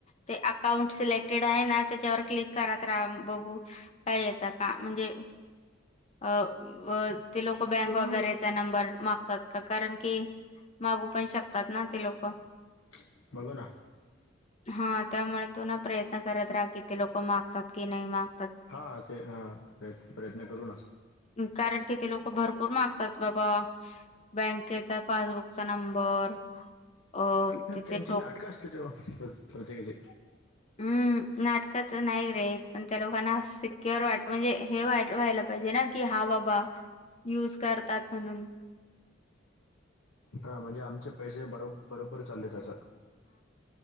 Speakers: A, on the left (about 35°); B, on the left (about 80°).
A: ते अकाउंट सिलेक्टेड आहे ना त्याच्यावर क्लिक घात रा बघू काय येत का म्हणजे अ ते लोक
B: बस
A: बँक वगैरेचा नंबर मा का कारण की मागू पण शकतात ना ते लोक
B: <unintelligible>
A: हा त्यामुळे तू ना प्रयत्न करत राहा कि ते लोक मागतात की नाही माग
B: हा ते हा प्रय प्रयत्न करू ना
A: कारण किती लोक भरपूर मागतात बाबा बँकेचा पासबुकचा नंबर अ
B: अ
A: तिथे
B: त्यांची
A: टोक
B: नाटकं असतील ते प्रत्येकाची
A: हम् नाटकच नाही रे पण त्या लोकांना अस वाट म्हणजे हे व्हायला पाहिजे ना की हा बाबा युज करतात म्हणून...
B: हा म्हणजे आमचे... पैसे बरो बरोबर चालेत अस...